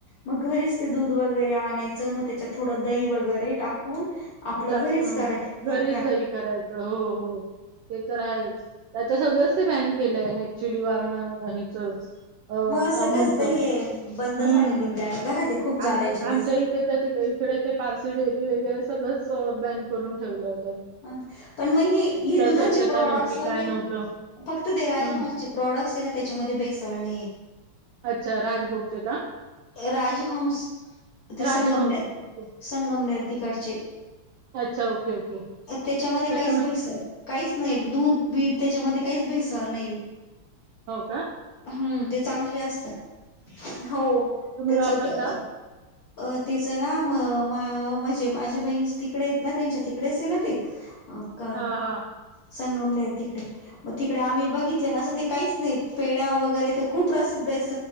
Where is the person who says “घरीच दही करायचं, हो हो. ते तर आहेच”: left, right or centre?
Right